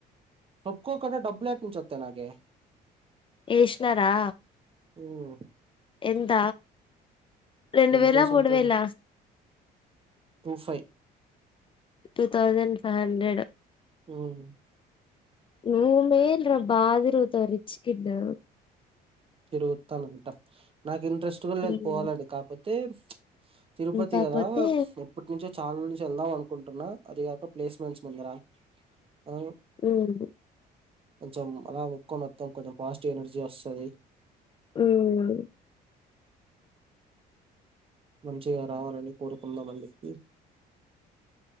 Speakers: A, on the right; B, on the left.
A: ఓక్కోక్కద డబ్బులేట్నుచె త్త లగే
B: ఏష్ణరా
A: ఉమ్మ్
B: ఎంత రెండు
A: ఎంత
B: వేయిల
A: వేసింటాడు
B: మూడు వేయిల
A: two five
B: two thousand five hundred
A: అవును
B: నువ్ మేల్ రా బాధిరూతవ్ రిచ్కిడూ
A: తిరుగుతానంట నాకు ఇంట్రెస్ట్ కూడా
B: ఉమ్
A: లేదు పోవాలని కాపోతే తిరుపతి
B: కాకపోతే
A: గదా ఎప్పట్ నుంచో చాల్ నుంచి యేళ్దాం అనుకుంటున్నా అది గాక ప్లేస్మెంట్స్ ముందరా ఆ
B: ఉమ్
A: కొంచెం అలా ముక్కోనోద్దం కొంచెం పాజిటివ్ ఎనర్జీ వస్ తది
B: ఉమ్మ్
A: మంచిగా రావాలని కోరుకుందాం అని చెప్పి